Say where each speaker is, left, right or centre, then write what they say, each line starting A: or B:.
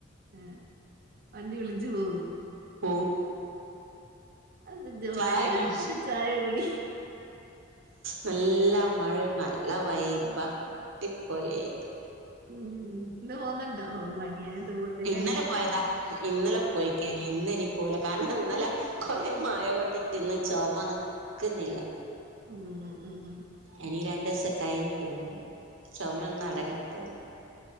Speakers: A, on the right; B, on the right.
A: ആഹ്‌ വണ്ടി വിളിച്ചു പോകും.
B: പോവും.
A: അതന്ത്
B: ചായൊക്കെ
A: മഴയത്ത് ഒരു ചായ കുടി.
B: നല്ല മഴ നല്ല വൈബാ അടിപൊളിയായിട്ട്.
A: ഉം ഇന്ന് പോകുന്നുണ്ടോ ഓ മഴയായിട്ട് പോകത്തില്ലായിരിക്കും
B: ഇന്നലെ പോയതാ ഇന്നലെ പോയിക്ക്. ഇന്നിനീ പോവൂല കാരണം ഇന്നലെ കൊറെ മഴ കൊണ്ടിട്ടിന്ന് ചുമ നിക്കുന്നില്ല.
A: ഉം ഉം ഉം ഉം
B: ഇനി രണ്ടു ദിവസം കഴിഞ്ഞിട്ട് പോകു. ചുമ ഒന്ന് അടങ്ങട്ടെ.